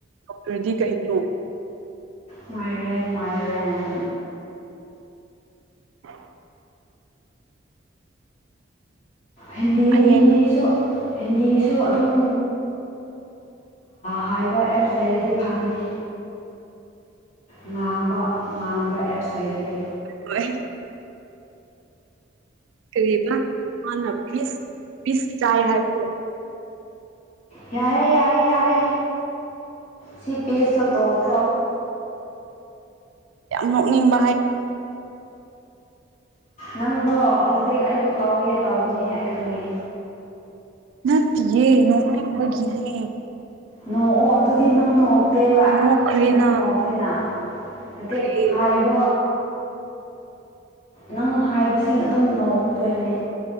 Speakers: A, on the right; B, on the left.
A: ꯗꯣꯛꯇꯔꯗꯤ ꯀꯩꯅꯣ
B: ꯃꯥꯏꯔꯦꯟ ꯃꯥꯏꯔꯦꯟ
A: ꯍꯔ
B: ꯍꯤꯟꯗꯤ
A: ꯍꯌꯦꯡ
B: ꯍꯤꯟꯗꯤꯁꯨ ꯍꯤꯟꯗꯤꯁꯨ ꯑꯗꯨꯝ ꯍꯥꯏꯕ ꯑꯦꯞꯁ ꯂꯩꯔꯗꯤ ꯐꯒꯅꯤ ꯉꯥꯡꯕ ꯉꯥꯡꯕ ꯑꯦꯞꯁ ꯂꯩꯔꯗꯤ
A: ꯍꯣꯏ ꯍꯣꯏ ꯀꯔꯤꯕ ꯃꯥꯅ ꯄꯤꯁ ꯄꯤꯁ ꯆꯥꯏ ꯍꯥꯏꯕꯗ‌ꯣ
B: ꯌꯥꯔꯦ ꯌꯥꯔꯦ ꯌꯥꯔꯦ ꯁꯤ ꯄꯦꯁꯇꯣ ꯇꯣꯛꯈ꯭ꯔꯣ
A: ꯌꯥꯝ ꯅꯣꯛꯅꯤꯡꯕ ꯍꯥꯏ
B: ꯅꯪꯗꯣ ꯍꯧꯖꯤꯛ ꯑꯩꯕꯨ ꯇꯧꯒꯦ ꯇꯧꯕꯅꯦ ꯑꯩ ꯈꯪꯉꯦ
A: ꯅꯠꯇꯤꯌꯦ ꯅꯣꯛꯅꯤꯡꯕꯒꯤꯅꯦ
B: ꯅꯣ ꯑꯣ ꯑꯗꯨꯗꯤ ꯅꯪ ꯅꯣꯛ ꯅꯠꯇꯦꯕ
A: ꯅꯣꯛꯈ꯭ꯔꯦꯅ
B: ꯅꯪ ꯅꯣꯛꯇꯦꯅ ꯅꯠꯇꯦ
A: ꯀꯔꯤ
B: ꯍꯥꯏꯕ ꯅꯪ ꯍꯥꯏꯕꯁꯤꯡ ꯑꯗꯨꯝ ꯅ‌ꯣꯛꯇꯣꯏꯅꯦ